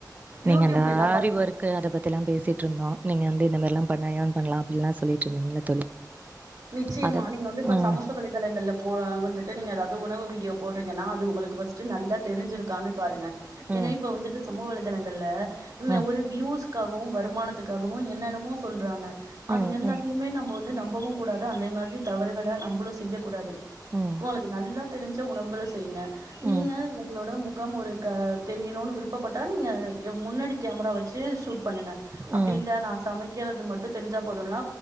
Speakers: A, on the right (about 20°); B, on the right (about 55°).
A: நீங்க
B: யூடியூப்லல்லா
A: அந்த ஆறி
B: பாத்து
A: ஒர் க்கு அத பத்திலா பேசிட்டு இருந்தோ நீங்க வந்து இந்த மாரிலா பண்ணா யேன் பண்லா அப்டின்ல்லா சொல்லிட்டு இருந்தீங்களே தோழி
B: நிச்சயமா
A: அத
B: நீங்க வந்து இப்ப
A: ம்
B: சமூக வலைதளங்கள்ல போ அ வந்துட்டு நீங்க ஏதாவ்து உணவு வீடியோ போட்றீங்கன்னா அது உங்களுக்கு ஃபர்ஸ்ட்டு நல்லா தெரிஞ்சிருக்கான்னு பாருங்க
A: ம்
B: ஏன்னா இப்ப வந்துட்டு சமூக வலைதளங்கள்ல
A: ம்
B: வ ஒரு வியூஸ் காகவு வருமானத்துக்காகவு என்னன்னவோ சொல்றாங்க
A: ம்
B: அது எல்லாத்தியுமே
A: ம்
B: நம்ம வந்து நம்பவு கூடாது அதே மாதிரி தவறுகள நம்மளு செய்ய கூடாது
A: ம்
B: உங்களுக்கு நல்லா தெரிஞ்ச உணவுகள செய்ங்க
A: ம்
B: நீங்க உங்களோட முகம் ஒரு க தெரியணுனு விருப்பப்பட்டா நீங்க யொ முன்னாடி கேமரா வெச்சு ஷுட் பண்ணுங்க
A: ம்
B: அப்டி இல்ல நா சமைக்கிறது மட்டு தெரிஞ்சா போதுனா